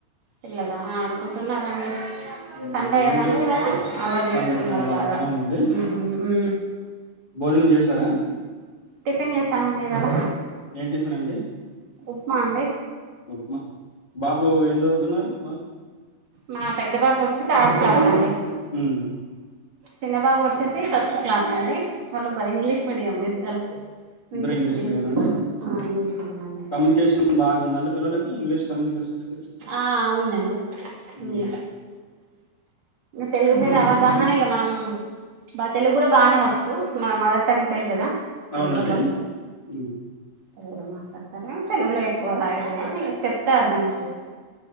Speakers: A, on the right; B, on the left.
A: పిల్లల ఆడుకుంటున్నారండి
B: ఉమ్,
A: సండే
B: ఏమేం
A: కదండి
B: చదువు
A: ఇవాళ అల్లరి
B: సండే
A: చేస్తున్నారుా
B: సండే
A: బాగ
B: అన్న అవునండి
A: ఉమ్ ఉ
B: భోజనం చేసార
A: టిఫిన్ చేసామండి ఇవాళ
B: ఏం టిఫిన్ అండి
A: ఉప్మా అండి
B: ఉప్మా బాబు ఎం చదువుతున్నారు బా
A: మా పెద్ద బాబు ఒచ్చి థర్డ్ క్లాస్ అండి
B: ఉమ్,
A: చిన్నబాబు వచ్చేసి ఫస్ట్ క్లాస్ అండి వాళ్ళు బ ఇంగ్లీష్ మీడియం విద్యాలయం
B: ఇద్దరు
A: ఇంగ్లీష్
B: మీడియం అండి
A: మ ఇంగ్లీష్ మంట
B: కమ్యూనికేషన్ బాగుందండి పిల్లలకి ఇంగ్లీష్ కమ్యూనికేషన్స్
A: ఆ ఉందండి
B: ఉమ్,
A: ఉంది తెలుగు మీద అవ దహనే మనం బా తెలుగు కూడా బాగానేవచ్చు మన మదర్ టంగ్ తెలుగు గదా అలు
B: అవునండి
A: కూడా బాగా
B: ఉమ్.
A: తెలుడు మాట్లాడతారు తెలుగులో ఎక్కువ రాయడు గానీ చెప్తా అర్థం అయితే